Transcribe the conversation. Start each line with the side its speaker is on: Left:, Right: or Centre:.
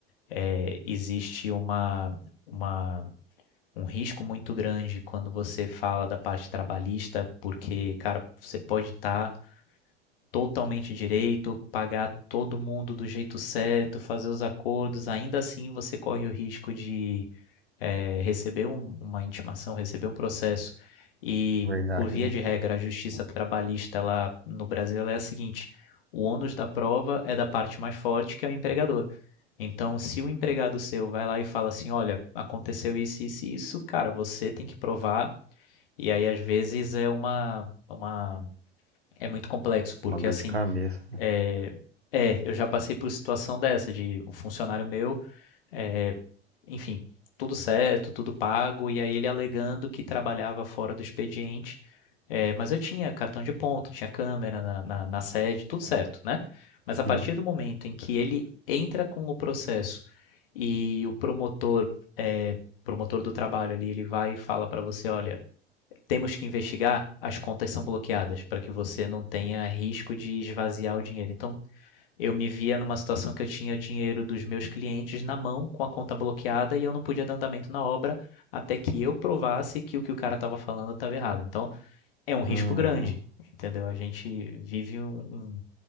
Left: é, existe uma, uma, um risco muito grande quando você fala da parte trabalhista, porque, cara, você pode estar tá totalmente direito, pagar todo mundo do jeito certo, fazer os acordos, ainda assim você corre o risco de é, receber um- uma intimação, receber um processo e,
Right: verdade,
Left: por via
Right: né?
Left: de regra, a justiça trabalhista lá no Brasil ela é a seguinte: o ônus da prova é da parte mais forte, que é o empregador. Então, se o empregado seu vai lá e fala assim: olha, aconteceu isso, isso e isso, cara, você tem que provar. E aí, às vezes, é uma. uma é muito complexo, porque
Right: Uma dor
Left: assim.
Right: de cabeça.
Left: É, é, eu já passei por situação dessa, de um funcionário meu é, enfim, tudo certo, tudo pago, e aí ele alegando que trabalhava fora do expediente. É, mas eu tinha cartão de ponto, tinha câmera na, na, na sede, tudo certo, né? Mas a
Right: Sim.
Left: partir do momento em que ele entra com o processo e o promotor, é, promotor do trabalho ali, ele vai e fala para você, olha, temos que investigar, as contas são bloqueadas para que você não tenha risco de esvaziar o dinheiro. Então eu me via numa situação que eu tinha dinheiro dos meus clientes na mão, com a conta bloqueada, e eu não podia dar andamento na obra até que eu provasse que o que o cara estava falando estava errado. Então, é um risco
Right: Uhum.
Left: grande, entendeu? A gente vive um, um,